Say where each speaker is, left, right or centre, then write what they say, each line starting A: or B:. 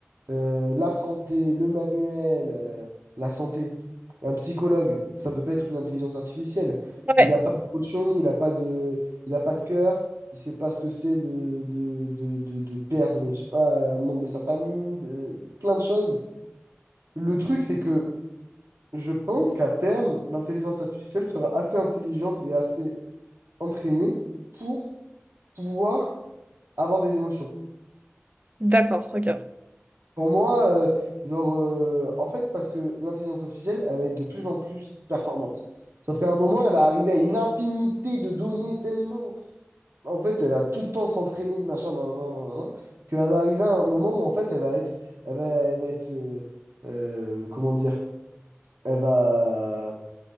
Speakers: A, on the right (about 80°); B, on the right (about 35°).
A: euh, la santé, le manuel, euh, la santé. Un psychologue, ça peut pas être une intelligence artificielle.
B: Ouais,
A: Il n'a pas de il n'a pas de, il a pas de cœur, il sait pas ce que c'est de, de, de, de, de perdre, je sais pas, un membre de sa famille, de, plein de choses. Le truc, c'est que je pense qu'à terme, l'intelligence artificielle sera assez intelligente et assez entraînée pour pouvoir avoir des émotions.
B: d'accord, ok.
A: Pour moi, euh, genre, euh, en fait, parce que l'intelligence artificielle, elle va être de plus en plus performante. Sauf qu'à un moment, elle va arriver à une infinité de données tellement. En fait, elle va tout le temps s'entraîner, machin, nan, nan, nan, nan, nan, qu'elle va arriver à un moment où, en fait, elle va être. Elle va, elle va être. euh, euh, comment dire? Elle va